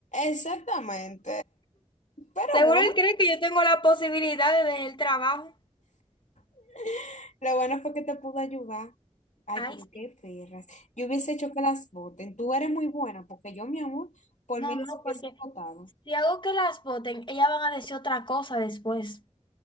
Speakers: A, on the left; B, on the left.
A: Exactamente. Pero
B: Seguro
A: bueno,
B: él cree que yo tengo la posibilidad de dejar el trabajo.
A: <laughs> lo bueno fue que te pude ayudar. Ay,
B: Ay,
A: pero
B: sí.
A: qué perras. Yo hubiese hecho que las voten. Tú eres muy buena, porque yo, mi amor, por
B: No,
A: mí
B: no,
A: les
B: porque
A: hubiese votado.
B: si hago que las voten, ellas van a decir otra cosa después.